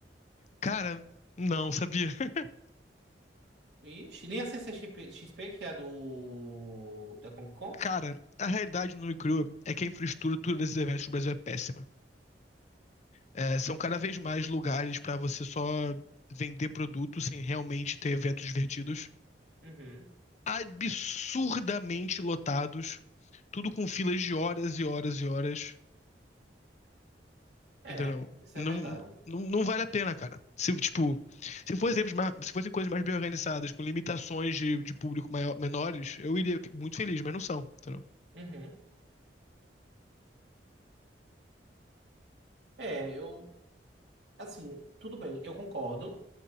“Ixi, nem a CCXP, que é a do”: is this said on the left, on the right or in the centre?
Right